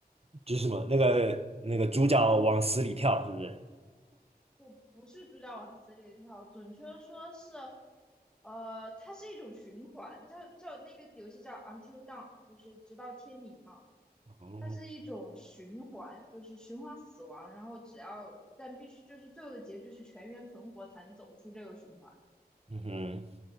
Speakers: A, on the right; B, in the centre.
A: 就是什么那个那个主角往死里跳，是不是？
B: 就不是主角往死里跳，准确地说是，呃，它是一种循环，叫叫那个游戏叫 Until Dawn，就是直到天明嘛。
A: 哦，
B: 它是一种循环，就是循环死亡，然后只要但必须就是最后的结局是全员存活才能走出这个循环。
A: 嗯哼，